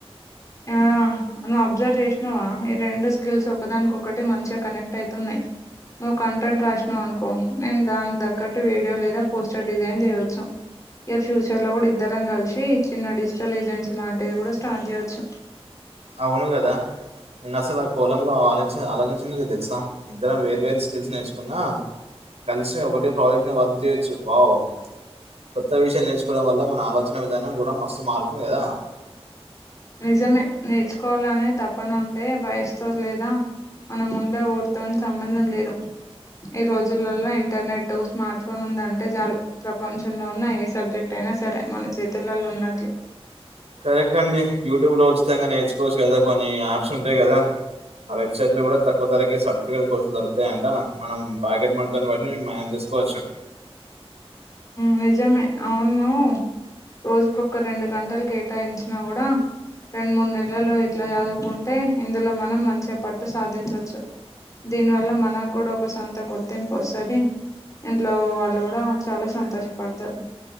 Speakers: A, on the left; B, on the right.
A: ఆ నువ్వు అబ్జర్వ్ చేసినావా ఈ రెండు స్కిల్స్ ఒకదానికొక్కటి మంచిగా కనెక్ట్ అయితున్నామ్ నువ్వు కంటెంట్ రాసినవ్ అనుకో నేను దానికి తగ్గట్టు వీడియో లేదా పోస్టర్ డిజైన్ చేయవచ్చు ఇక ఫ్యూచర్ లో కూడా ఇద్దరం కలిసి చిన్న డిజిటల్ ఏజెన్సీ లాంటిది కూడా స్టార్ట్ చేయవచ్చు
B: అవును కదా నేను అసలు ఆ కోనంలో ఆలోచి ఆలోచించ లేదు తెలుసా ఇద్దరం వేర్ వేరు స్కిల్స్ నేర్చుకున్నా కలిసిం ఒకటే ప్రాజెక్టు మీద వర్క్ చేయచ్చు వావ్ కొత్త విషయాలు నేర్చుకోవడం వల్ల మన ఆలోచన విధానం కూడా మస్తు మారుతుంది కదా
A: నిజమే నేర్చుకోవాలనే తపనుంటే వయస్తో లేదా మనం ఉండే ఎవరితోని సంబంధం లేదు ఈ రోజులలో ఇంటర్నెట్ స్మార్ట్ ఫోన్ ఉందంటే చాలు ప్రపంచంలో ఉన్న ఏ సబ్జెక్ట్ అయినా సరే మన చేతులలో ఉన్నట్లే
B: కరెక్ట్ అండి యూట్యూబ్ లో ఉచితంగా నేర్చుకోవచ్చు కదా కొన్ని యాప్స్ ఉంటాయి కదా ఆ వెబ్సైట్ లో కూడా తక్కువ ధరకే సర్టిఫికేట్ కోర్సులు దొకుతయ అంట మనం బ్యాకెట్ మనీ దాని బట్టి మీరు మేనేజ్ చేసుకోవచ్చు
A: నిజమే అవును రోజుకు ఒక రెండు గంటలు కేటాయించినా కూడా రెండు మూడు నెలలు ఇట్లా చదువుకుంటే ఇందులో మనం మంచిగా పట్టు సాధించవచ్చు దీనివల్ల మనకు కూడా ఒక సొంత గుర్తింపు వస్తుంది ఇంట్లో వాళ్ళు కూడా చాలా సంతోషపడతర్